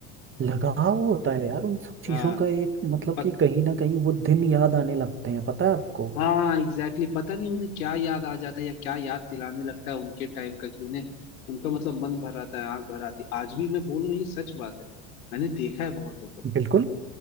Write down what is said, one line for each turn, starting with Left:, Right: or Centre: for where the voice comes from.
Right: लगाव होता है यार उन सब चीजों
Left: हाँ
Right: का एक मतलब
Left: पत,
Right: कि कहीं ना कहीं वो दिन याद आने लगते हैं पता है आपको
Left: हाँ एग्जैक्टली exactly, पता नहीं उन्हें क्या याद आ जाता है या क्या याद दिलाने लगता है उनके टाइम का कि उन्हें उनका मतलब मन भर आता है आंख भर आती है आज भी मैं बोल रहा हूँ ये सच बात है मैंने देखा है बहुतों को
Right: बिल्कुल